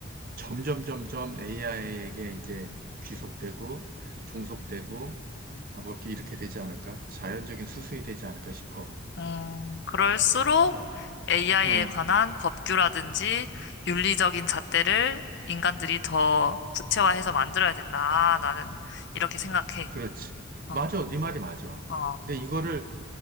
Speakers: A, on the right; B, on the left.
A: 점점 점점 AI에게 이제 귀속되고 종속되고 아, 뭐 이렇게 이렇게 되지 않을까? 자연적인 수순이 되지 않을까 싶어.
B: 음, 그럴수록
A: 큰일 났다.
B: AI에
A: 어,
B: 관한 법규라든지 윤리적인 잣대를 인간들이 더 구체화해서 만들어야 된다. 나는 이렇게 생각해.
A: 그렇지.
B: 어,
A: 맞아. 네 말이 맞아.
B: 어,
A: 근데 이거를